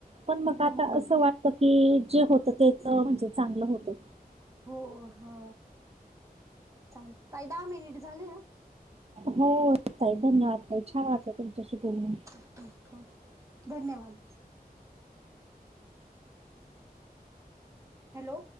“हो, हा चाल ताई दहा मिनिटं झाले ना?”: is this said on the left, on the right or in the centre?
Right